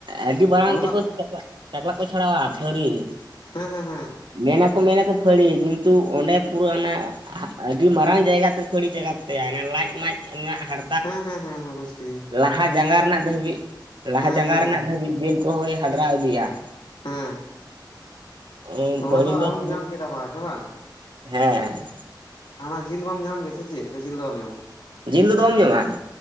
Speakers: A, on the right; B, on the left.
A: ᱟᱹᱰᱤ ᱵᱟᱲᱟᱝ
B: ᱚᱱᱟ
A: ᱛᱮᱠᱚ
B: ᱫᱚ
A: ᱪᱚᱠᱞᱟ ᱪᱟᱠᱞᱟᱜ ᱠᱚ ᱪᱷᱟᱹᱲᱟᱣᱟ ᱯᱷᱟᱹᱲᱤ ᱾
B: ᱦᱮᱸ ᱦᱮᱸ
A: ᱢᱮᱱᱟᱠᱚ ᱢᱮᱱᱟᱠᱚ ᱯᱷᱟᱹᱲᱤ ᱠᱤᱱᱛᱩ ᱚᱸᱰᱮ ᱯᱩᱨᱟᱹᱟᱱᱟ ᱾ ᱟᱹᱰᱤ ᱢᱟᱨᱟᱝ ᱡᱟᱭᱜᱟᱛᱮ ᱛᱟᱹᱲᱤ ᱪᱟᱜᱟᱫ ᱛᱟᱭᱟ ᱞᱟᱡ ᱢᱟᱡ ᱨᱮᱱᱟᱜ ᱦᱟᱨ
B: ᱦᱮᱸ ᱦᱮᱸ ᱦᱮᱸ ᱵᱩᱡ ᱠᱤᱫᱤᱧ ᱾
A: ᱞᱟᱦᱟ ᱡᱟᱸᱜᱟ ᱨᱮᱱᱟᱜ ᱫᱷᱟᱹᱵᱤᱡ ᱞᱟᱦᱟ
B: ᱦᱮᱸ
A: ᱡᱟᱸᱜᱟ
B: ᱦᱮᱸ
A: ᱨᱮᱱᱟᱜ
B: ᱦᱮᱸ
A: ᱫᱷᱟᱹᱵᱤᱡ ᱡᱮᱞ ᱠᱚᱦᱚᱸᱭ ᱦᱟᱫᱽᱨᱟᱣ ᱤᱫᱤᱭᱟ ᱾
B: ᱦᱮᱸ
A: <inaudible> ᱯᱷᱟᱹᱲᱤ
B: ᱚᱱᱟ
A: ᱫᱚ
B: ᱟᱢᱮᱢ
A: ᱥᱩᱫᱩ
B: ᱧᱟᱢ ᱠᱮᱫᱟ ᱵᱷᱟᱜᱽ ᱦᱮᱸ ᱵᱟᱝ
A: <inaudible> ᱦᱮᱸ ᱾
B: ᱦᱟᱱᱟ ᱡᱤᱞ ᱵᱟᱢ ᱧᱟᱢ ᱜᱮ ᱥᱮ ᱪᱮᱫ ᱥᱮ ᱡᱤᱞ ᱫᱚ ᱵᱟᱢ ᱧᱟᱢᱟ ᱾
A: ᱡᱤᱞ ᱠᱚᱫᱚ ᱵᱟᱢ ᱧᱟᱢᱟ ᱾